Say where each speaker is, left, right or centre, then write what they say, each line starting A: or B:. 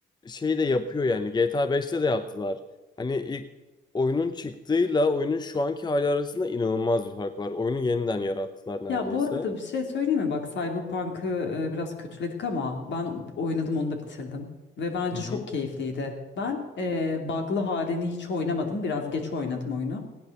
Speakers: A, on the left (about 20°); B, on the left (about 65°).
A: şey de yapıyor yani. GTA 5'te de yaptılar. Hani ilk oyunun çıktığıyla oyunun şu anki hali arasında inanılmaz bir fark var. Oyunu yeniden yarattılar neredeyse.
B: Ya bu arada bir şey söyleyeyim mi? Bak Cyberpunk'ı e, biraz kötüledik ama ben oynadım onu da bitirdim. Ve bence
A: Hı hı.
B: çok keyifliydi. Ben e, bug'lı halini hiç oynamadım. Biraz geç oynadım oyunu.